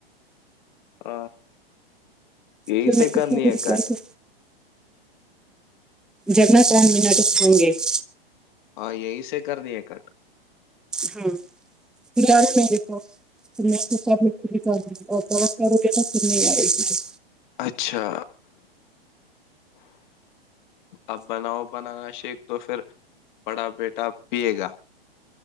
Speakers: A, on the left; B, in the centre.
A: ہ یہی
B: پھر
A: سےے
B: میں دکھاؤں
A: کرنی ہے
B: گی
A: کٹ
B: کیسے جگناتان م نٹس ہوں گے <unintelligible>
A: ہاں یہی سے کرنی ہے کٹ
B: ہاں پھر آ میرے پوں گی کرو گے تو پھر نہیں آئے گی <unintelligible>
A: اچھا اب بناؤ بنانا شیک تو پھر بڑا بیٹا پیے گا